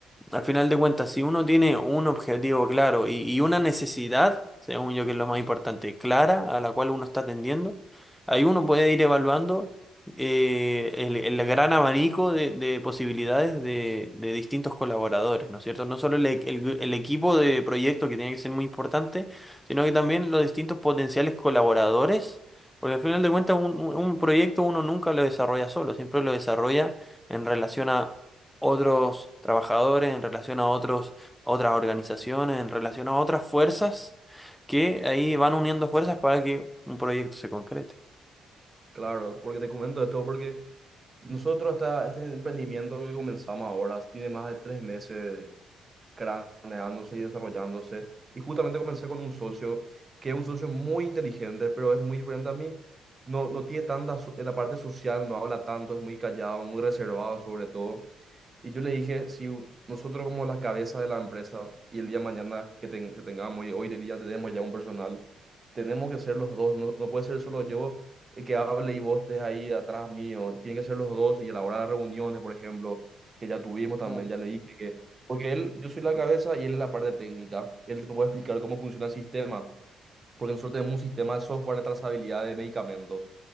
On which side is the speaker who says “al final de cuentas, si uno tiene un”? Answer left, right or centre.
Centre